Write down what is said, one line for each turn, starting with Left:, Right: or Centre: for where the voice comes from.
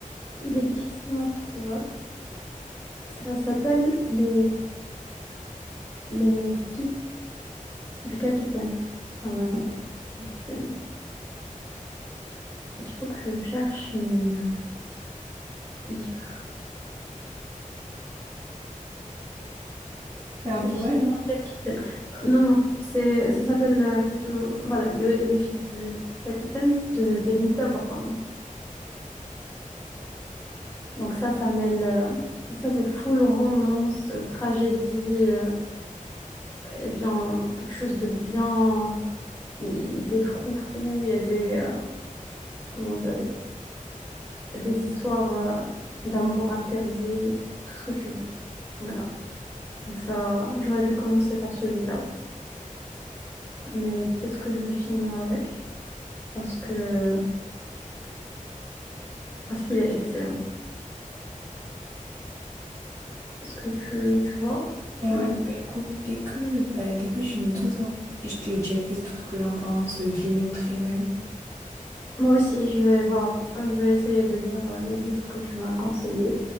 Left: il est difficilement trouvable. Ça s'appelle Les Les filles du capitaine. Normalement, capitaine. Il faut que je cherche mes euh, livres.
Right: C'est un poème,
Left: Les filles du capitaine. Euh, non non, c'est ça s'appelle euh, plutôt voilà le- Les filles du capitaine de Benita Brown. Donc ça, ça mêle euh, ça c'est full romance, euh, tragédie. euh, eh bien, quelque chose de bien, il- des froufrous, il y a des, euh, comment dire, des histoires euh, d'amour interdit, tout ce que tu veux. Voilà. Donc ça, j'aurais dû commencer par celui-là, mais peut-être que je vais finir avec parce que parce qu'il est excellent. Est-ce que tu, tu vois, tu
Right: Ouais, bah écoute, dès que, bah, dès que je finis tout ça, et je te dirai tout ce que j'en pense, euh, je les noterai même.
Left: Moi aussi, je vais voir, euh, je vais essayer de lire euh, les livres que tu m'as conseillés.